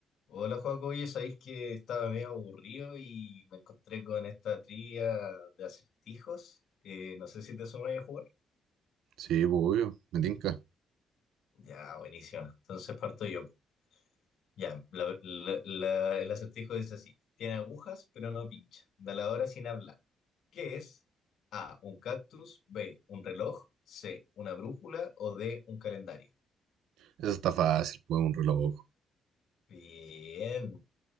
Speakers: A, on the left (about 70°); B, on the right (about 80°).
A: Hola Joaco, oye, sabéis que estaba medio aburrido y me encontré con esta trivia de acertijos. Eh, no sé si te sumas a jugar.
B: Sí, pues, obvio, me tinca.
A: Ya, buenísimo. Entonces parto yo. Ya, la- la- la- el acertijo dice así: Tiene agujas, pero no pincha. Da la hora sin hablar. ¿Qué es? A. Un cactus. B. Un reloj. C. Una brújula. O D. Un calendario.
B: Eso está fácil, pues, un reloj.
A: Bien.